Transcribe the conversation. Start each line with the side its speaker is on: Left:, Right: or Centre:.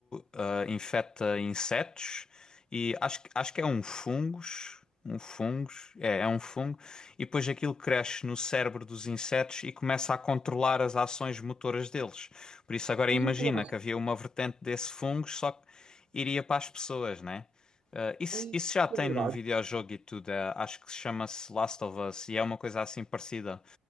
Left: ah, infecta insetos e acho, que- acho que é um fungos, um fungos, é, é um fungo, e depois aquilo cresce no cérebro dos insetos e começa a controlar as ações motoras deles. Por isso agora
Right: Mas
Left: imagina
Right: eu falasse,
Left: que havia uma vertente desse fungos, só que iria para as pessoas, né? Ah, isso,
Right: é
Left: isso já tem
Right: verdade,
Left: num videojogo e tudo, é, acho que se chama-se Last of Us e é uma coisa assim parecida.